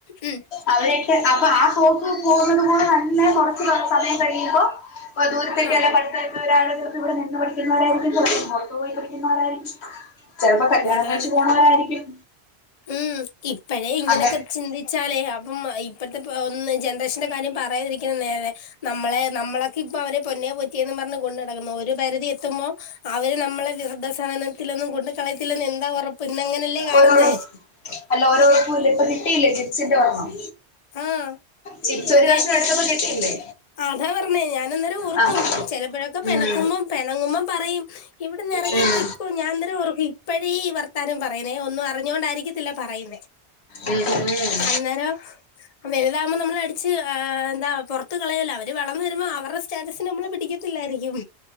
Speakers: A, on the left (about 40°); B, on the left (about 70°).
A: ഉം
B: അവരൊക്കെ അപ്പൊ ആ പൊക്ക് പോകുന്നത് കൂടെ തന്നെ കൊറച്ച് സമയം കഴകിയുമ്പോ ഇപ്പ ദൂരത്തെക്കെ
A: ആഹ്
B: അല്ല പഠ്ത്ത ഒരാള് ചെലപ്പോ ഇവിടെ നിന്ന് പഠിക്ക്ന്നവരായിരിക്കും ചെലപ്പം പൊറത്തു പോയി പഠിക്ക്ന്നവരായിരിക്കും ചിലപ്പോ കല്യാണം
A: അതെ
B: കഴിച്ച്
A: അതെ
B: പോകണവരായിരിക്കും
A: ഉം ഇപ്പഴേ ഇങ്ങനെയൊക്കെ
B: അങ്ങനെ
A: ചിന്തി ച്ചാലേ അപ്പം ഇപ്പഴത്തെ ഒ ജനറേഷന്റെ കാര്യം പറയാതിരിക്കുന്ന നേരെ നമ്മളെ നമ്മളെ ഇപ്പൊ അവരെ പൊന്നെ പൊറ്റിയെ പറഞ്ഞ് കൊണ്ട നടടക്കുന്നു ഒരു പരിധി എത്തുമ്പോ അവര് നമ്മളെ വ്യ മവൃദ്ധസദനത്തിലൊന്നും കൊണ്ട് കളയത്തില്ലന്നും എന്താ ഉറപ്പ് ഇന്ന അങ്ങനെയല്ലേ കാണുന്നേ
B: ഓരോരോ അല്ല ഓരോഴപ്പല്ല ഇപ്പ കിട്ടിയില്ലേ ജിപസിന്റെ ഒരണ്ണം
A: ആഹ്
B: ചിപ്സ് ഒര്
A: അതെ
B: കഷ്ണം എട്ത്തപ്പം കിട്ടിയില്ലേ
A: അതാ പർഞ്ഞേ ഞാനന്നേരം ഓർക്കും
B: ആ
A: ചെലപ്പഴൊക്കെ പെണക്കുമ്പം
B: ഉം
A: പെണങ്ങുമ്പം പറയും ഇവിടന്ന് ഇറങ്ങി
B: ഉം
A: പൊയ്ക്കോ ഞാൻ തന്ന <unintelligible> ഇപ്പഴേഈ വർത്താനം പറയുന്നേ ഒന്നും അറിഞ്ഞോൊണ്ടായിരിക്കത്തില്ല പറയുന്നേ
B: ഉം ഉം <unintelligible>
A: അന്നേരം വല്താകുമ്പൊ നമ്മള് അടിച്ച് എന്താ പൊറ ത്ത് കളയല്ലാ അവര് വളർന്ന വരുമ്പൊ അവര്ടെ സ്റ്റാറ്റസിന് നമ്മള് പിടിക്കത്തില്ലായിരിക്കും